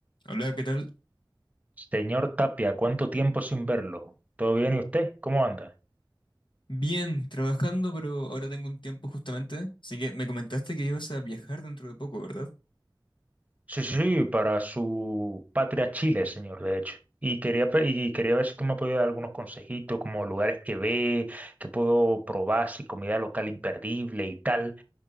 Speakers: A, on the left; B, on the right.
A: Hola, ¿qué tal?
B: Señor Tapia, ¿cuánto tiempo sin verlo? ¿Todo bien y usted? ¿Cómo anda?
A: Bien, trabajando, pero ahora tengo un tiempo justamente. Así que me comentaste que ibas a viajar dentro de poco, ¿verdad?
B: Sí, sí, sí, para su patria Chile, señor, de hecho. Y quería, pe- y quería ver si tú me podías dar algunos consejitos, como lugares que ve, que puedo probar, si comida local imperdible y tal.